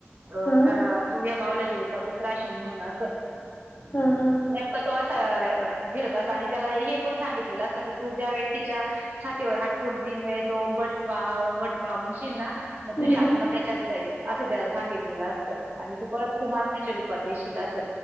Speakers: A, on the right; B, on the left.
A: अं
B: हा
A: का तू या बावल्याच्या रूपातच राहशील म्हणून असं.
B: हा हा.
A: नेमकं तो असं, फिरत अस आणि त्याला हे पण सांगितलेल असंत तु ज्या व्यक्तीच्या छातीवर हात ठेवून तीन वेळेस ओम बट स्वा हा ओम बट स्वा म्हणशील ना, मग
B: हा
A: तुझी आत्मा
B: हा
A: त्याच्यात जाईल, असं त्याला सांगितलेलं असतं, आणि तू परत तू माणसाच्या रूप पात येशील असं,,